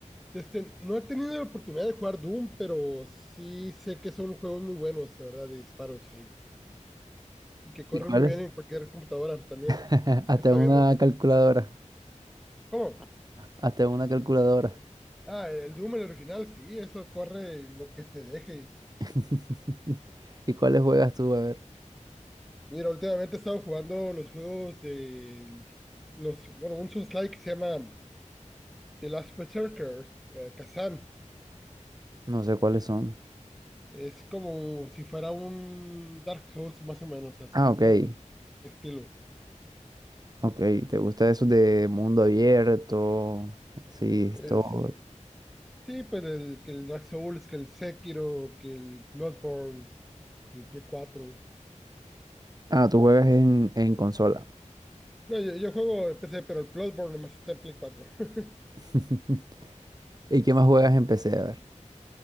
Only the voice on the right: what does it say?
¿Y cuál
es?
<laughs> Hasta
una
calculadora.
Hasta una calculadora.
<laughs> ¿Y cuáles juegas tú? A ver.
No sé cuáles son.
Ah,
ok.
Ok, ¿te gusta eso de mundo abierto? Sí, esto.
Ah, tú juegas en, en consola.
<laughs> ¿Y qué más juegas en PC? A ver.